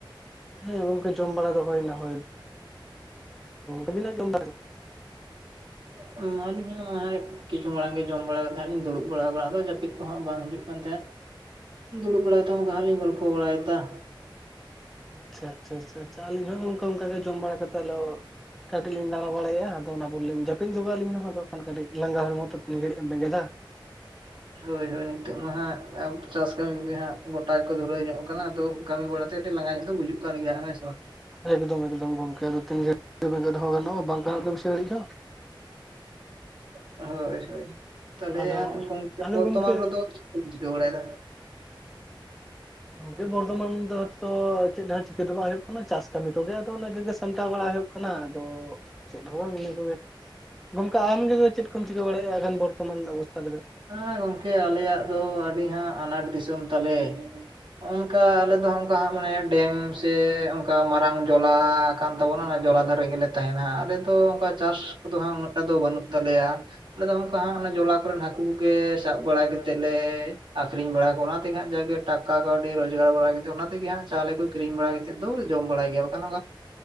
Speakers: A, in the centre; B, on the right.
A: ᱦᱮᱸ ᱜᱚᱢᱠᱮ ᱡᱚᱢ ᱵᱟᱲᱟ ᱫᱚ ᱦᱩᱭᱮᱱᱟ ᱦᱩᱭ ᱟᱹᱵᱤᱱᱟᱜ ᱡᱚᱢ ᱵᱟᱲᱟ ᱫᱚᱼᱼ
B: <unintelligible> ᱠᱤᱪᱷᱩ ᱢᱟᱲᱟᱝ ᱜᱮ ᱡᱚᱢ ᱵᱟᱲᱟ ᱛᱟᱦᱮᱸᱫ ᱤᱧ ᱫᱩᱲᱩᱵ ᱵᱟᱲᱟᱼᱟ ᱟᱫᱚ ᱡᱟᱹᱯᱤᱫ ᱠᱚᱦᱚ ᱵᱟᱝ ᱦᱤᱡᱩᱜ ᱠᱟᱱ ᱛᱟᱦᱮᱸᱫ, ᱫᱩᱲᱩᱵ ᱵᱟᱲᱟᱭ ᱛᱮ ᱠᱷᱟᱞᱤ ᱜᱚᱞᱯᱷ ᱵᱟᱲᱟᱭ ᱫᱟ᱾
A: ᱟᱪᱷᱟ ᱟᱪᱷᱟ ᱟᱪᱷᱟ ᱟᱞᱤᱧ ᱦᱚᱸ ᱚᱱᱠᱟ ᱚᱱᱠᱟ ᱜᱮ ᱡᱚᱢ ᱵᱟᱲᱟ ᱠᱟᱛᱮ ᱟᱞᱚᱼᱼ ᱠᱟᱹᱴᱤᱡ ᱞᱤᱧ ᱫᱟᱲᱟ ᱵᱟᱲᱟᱭᱮᱫ-ᱟ ᱟᱫᱚ ᱚᱱᱟ ᱯᱚᱨᱮ ᱡᱟᱹᱯᱤᱫᱚᱜ ᱠᱟᱜ ᱟᱹᱞᱤᱧ ᱦᱚᱸ ᱟᱫᱟᱱ ᱠᱟᱹᱴᱤᱡ ᱞᱟᱸᱜᱟ ᱦᱚᱲ ᱛᱚ ᱟᱫᱚ ᱛᱤᱱ ᱜᱷᱟᱹᱤᱡ ᱮᱢ ᱵᱮᱸᱜᱮᱫᱟ᱾
B: ᱦᱳᱭ ᱦᱳᱭ ᱱᱤᱛᱚᱜ ᱢᱟ ᱦᱟᱸᱜ ᱪᱟᱥ ᱠᱟᱹᱢᱤ ᱠᱚᱜᱮ ᱦᱟᱸᱜ ᱜᱚᱴᱟ ᱠᱚ ᱫᱷᱩᱞᱟᱹᱭᱣ ᱧᱚᱜ ᱠᱟᱱᱟ ᱟᱫᱚᱼᱼ ᱠᱟᱹᱢᱤ ᱵᱟᱲᱟ ᱛᱮ ᱠᱟᱹᱴᱤᱡ ᱞᱟᱸᱜᱟ ᱧᱚᱜ ᱫᱚ ᱵᱩᱡᱚᱜ ᱠᱟᱱ ᱜᱮᱭᱟ ᱦᱮᱸᱥᱮ ᱵᱟᱝ?
A: ᱮᱠᱫᱚᱢ ᱮᱠᱫᱚᱢ ᱜᱚᱝᱠᱮ ᱟᱫᱚ ᱛᱤᱨᱮ <unintelligible> ᱜᱟᱱᱚᱜᱼᱟ ᱵᱟᱝ ᱠᱷᱟᱱ ᱟᱫᱚ ᱵᱮᱥᱤ ᱜᱟᱹᱲᱤᱡ ᱦᱚᱸ।
B: <inaudible> ᱦᱳᱭ ᱦᱳᱭ ᱛᱟᱦᱚᱞᱮ
A: ᱟᱫᱚ
B: ᱦᱟᱜ ᱜᱚᱝᱠᱮ
A: ᱟᱫᱚ
B: ᱵᱚᱨᱛᱚ
A: ᱜᱚᱝᱠᱮ
B: ᱢᱟᱱ ᱨᱮᱫᱚ ᱪᱮᱫ ᱠᱚᱢ ᱪᱤᱠᱟᱹ ᱵᱟᱲᱟᱭ ᱮᱫᱟ?
A: ᱜᱚᱝᱠᱮ ᱵᱚᱨᱛᱚᱢᱟᱱ ᱨᱮᱫᱚ ᱪᱮᱫ ᱦᱚᱸ ᱪᱤᱠᱟᱹ ᱫᱚ ᱵᱟᱝ ᱦᱩᱭᱩᱜ ᱠᱟᱱᱟ ᱪᱟᱥ ᱠᱟᱹᱢᱤ ᱠᱚᱜᱮ ᱟᱫᱚ ᱚᱱᱟ ᱠᱚᱜᱮ ᱥᱟᱢᱴᱟᱣ ᱵᱟᱲᱟ ᱦᱩᱭᱩᱜᱼᱼ ᱠᱟᱱᱟ ᱟᱫᱚ ᱪᱮᱫ ᱦᱚᱸ ᱵᱟᱝ ᱤᱱᱟᱹ ᱠᱚᱜᱮ, ᱜᱚᱝᱠᱮ ᱟᱢᱜᱮᱫᱚ ᱪᱮᱫ ᱠᱚᱢ ᱪᱤᱠᱟᱹ ᱵᱟᱲᱟᱭᱮᱜᱼᱟ ᱮᱠᱟᱱ ᱵᱚᱨᱛᱚᱢᱟᱱ ᱚᱵᱚᱥᱛᱟ ᱨᱮᱫᱚ?
B: ᱟᱸ ᱜᱚᱝᱠᱮ ᱟᱞᱮᱭᱟᱜ ᱫᱚ ᱟᱹᱰᱤ ᱦᱟᱸᱜ ᱟᱱᱟᱴ ᱫᱤᱥᱚᱢ ᱛᱟᱞᱮ। ᱦᱚᱜᱝᱠᱟ ᱟᱞᱮᱫᱚ ᱚᱱᱠᱟ ᱦᱟᱜ ᱢᱟᱱᱮ ᱰᱮᱢ ᱥᱮ ᱚᱱᱠᱟ ᱢᱟᱨᱟᱝ ᱡᱚᱞᱟᱼᱼ ᱠᱟᱱ ᱛᱟᱵᱚᱱᱟ ᱚᱱᱟ ᱡᱚᱞᱟ ᱫᱷᱟᱨᱮ ᱜᱮᱞᱮ ᱛᱟᱸᱦᱮᱱᱟ ᱟᱞᱮ ᱫᱚ ᱚᱱᱠᱟ ᱪᱟᱥ ᱠᱚᱫᱚ ᱦᱟᱸᱜ ᱩᱱᱟᱹᱜ ᱴᱟ ᱫᱚ ᱵᱟᱹᱱᱩᱜ ᱛᱟᱞᱮᱭᱟ। ᱟᱞᱮ ᱫᱚ ᱚᱱᱠᱟ ᱚᱱᱟ ᱡᱚᱞᱟ ᱠᱚᱨᱮᱱ ᱦᱟᱠᱩᱼᱼ ᱦᱟᱠᱩ ᱠᱚᱜᱮ ᱥᱟᱵ ᱵᱟᱲᱟ ᱠᱟᱛᱮᱫ ᱞᱮ ᱟᱠᱷᱨᱤᱧ ᱵᱟᱲᱟ ᱠᱚᱣᱟ ᱚᱱᱟᱛᱮᱜᱮ ᱦᱟᱸᱜ ᱡᱟᱜᱮ ᱴᱟᱠᱟ ᱠᱟᱹᱣᱰᱤ ᱨᱳᱡᱽᱜᱟᱨ ᱵᱟᱲᱟ ᱚᱱᱟᱛᱮᱼᱼ ᱛᱮᱜᱮ ᱦᱟᱜ ᱪᱟᱣᱞᱮ ᱠᱚ ᱠᱤᱨᱤᱧ ᱵᱟᱲᱟ ᱠᱟᱛᱮᱫ ᱫᱚᱞᱮ ᱡᱚᱢ ᱵᱟᱲᱟᱭ ᱜᱮᱭᱟ ᱵᱟᱠᱷᱟᱱ ᱚᱱᱠᱟᱼᱼ